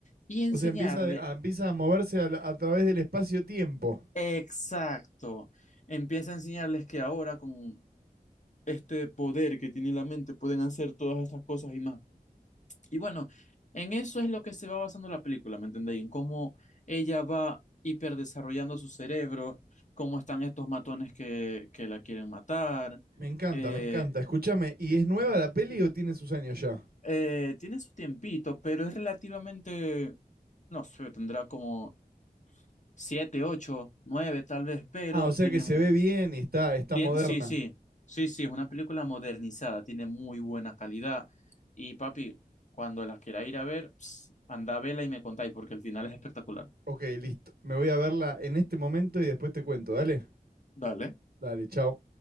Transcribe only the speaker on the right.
O sea, empieza, de- a, empieza a moverse a, la- a través del espacio-tiempo.
Me encanta,
me encanta. Escúchame, ¿y es nueva la peli o tiene sus años ya?
Ah, o sea
que se
ve bien y está, está
moderna.
Ok, listo. Me voy a verla en este momento y después te cuento. Dale,
dale, chao.